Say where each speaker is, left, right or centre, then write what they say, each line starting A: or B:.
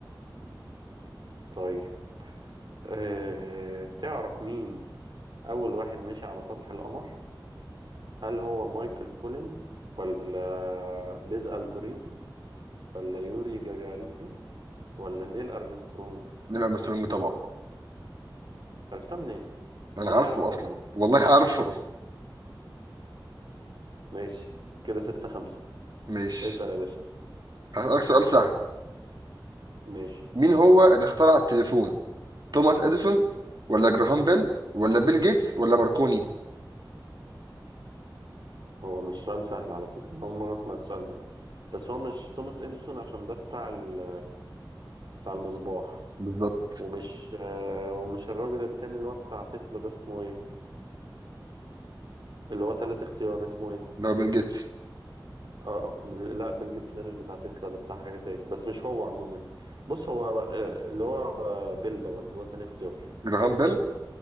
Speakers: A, on the right (about 70°); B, on the right (about 55°).
A: طيب اه تعرف مين أول واحد مشي على سطح القمر؟ هل هو مايكل كولينز ولا بيز ألدرين ولا يوري جاجارين ولا نيل أرمسترونج؟
B: نيل ارمسترونج طبعا
A: عرفتها منين؟
B: انا
A: بالله
B: عارفه
A: عرفتها
B: اصلا
A: منين؟
B: والله عارفه
A: ماشي كده ستة خمسة
B: ماشي
A: اسأل يا باشا
B: هسألك سؤال سهل
A: ماشي
B: مين هو اللي اخترع التليفون توماس اديسون ولا جراهام بيل ولا بيل جيتس ولا ماركوني
A: هو مش سؤال سهل على فكرة أنا أول مرة أسمع السؤال ده بس هو مش توماس إديسون عشان ده بتاع ال... بتاع المصباح
B: بالظبط
A: ومش آه، ومش الراجل التاني اللي هو بتاع تسلا ده اسمه ايه اللي هو تالت اختيار اسمه ايه
B: لو بيل جيتس
A: اه لا بيل جيتس ده مش بتاع تسلا ده بتاع حاجة تاني بس مش هو عموما بص هو آه، اللي هو آه، بيل دوت اللي هو تاني اختيار
B: جراهام بيل